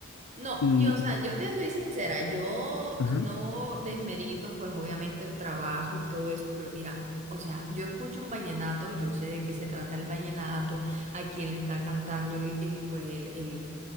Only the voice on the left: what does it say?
Y,
y-
ujú.